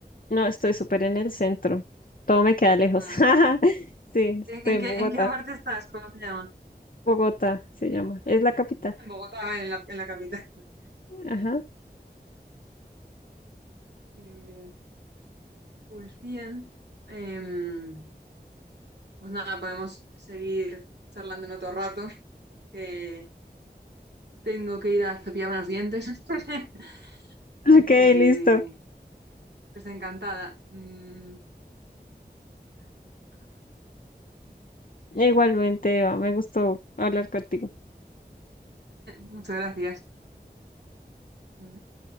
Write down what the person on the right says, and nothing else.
Mm.
¿En, en
qué,
en qué parte estás? ¿Cómo se llama?
En Bogotá, vale, en la, en la capital. <laughs>
Bien, bien. Pues bien. em, pues nada, podemos seguir charlando en otro rato, que tengo que ir a cepillarme los dientes. <laughs>
Así
que,
pues encantada. Mm, <laughs>
Muchas gracias. Mm.